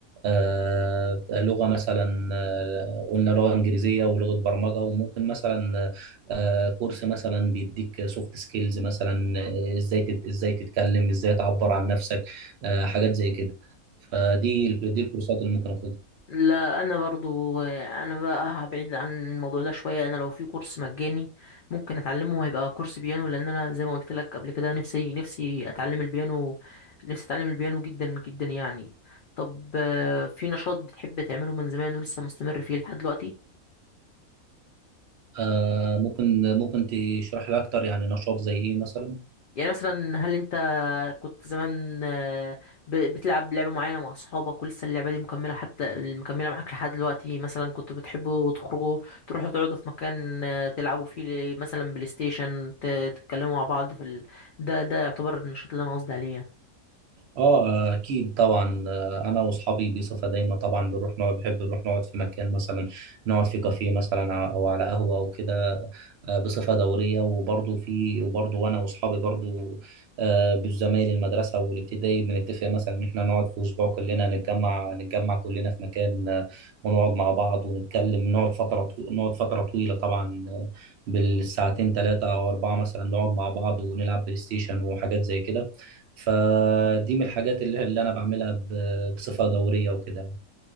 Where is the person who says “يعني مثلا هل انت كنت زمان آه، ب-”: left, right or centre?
Left